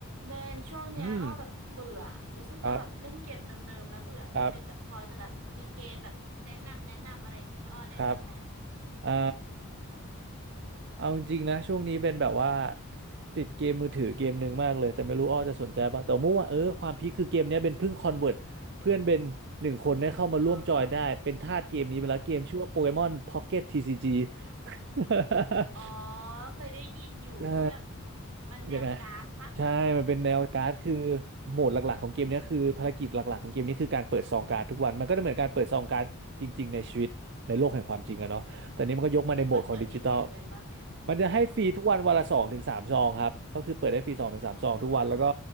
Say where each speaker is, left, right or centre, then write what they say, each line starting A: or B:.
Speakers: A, on the right (about 80°); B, on the right (about 50°).
A: เบนช่วงเนี้ยอ้อแบบเบื่อรู้สึกว่าแบบเล่นเกมเดิมๆแล้วเบื่ออย่างเงี้ยเบนแบบพอจะแบบมีเกมแบบแนะนำแนะนำอะไรอย่างเงี้ยให้อ้อเล่นบ้างไหม
B: อืมครับครับครับอ่าเอาจริงๆนะช่วงนี้เป็นแบบว่าติดเกมมือถือเกมหนึ่งมากเลยแต่ไม่รู้อ้อจะสนใจป่ะแต่ว่าเมื่อวาเออความพีคคือเกมเนี้ยเป็นเพิ่งคอนเวิร์ตเพื่อนเป็นหนึ่งคนได้เข้ามาร่วมจอยได้เป็นทาสเกมนี้ไปแล้วเกมชื่อว่าโปเกมอนพ็อกเก็ตทีซีจี
A: อ๋อฮะ
B: <laughs>
A: อ๋อเคยได้ยินอยู่ที่แบบ
B: ใช่
A: มันแนวการ์ดปะ
B: ยังไงใช่มันเป็นแนวการ์ดคือโหมดหลักๆของเกมเนี้ยคือภารกิจหลักๆของเกมนี้คือการเปิดซองการ์ดทุกวันมันก็เหมือนการเปิดซองการ์ดจริงๆในชีวิตในโลกแห่งความจริงอะเนาะแต่นี้มันก็ยกมาในโหมดของดิจิทัล
A: อืมไอเปิดเปิดนี่เสียเงินปะ
B: มันจะให้ฟรีทุกวันวันละสองถึงสามซองครับก็คือเปิดได้ฟรีสองถึงสามซองทุกวันแล้วก็
A: อืม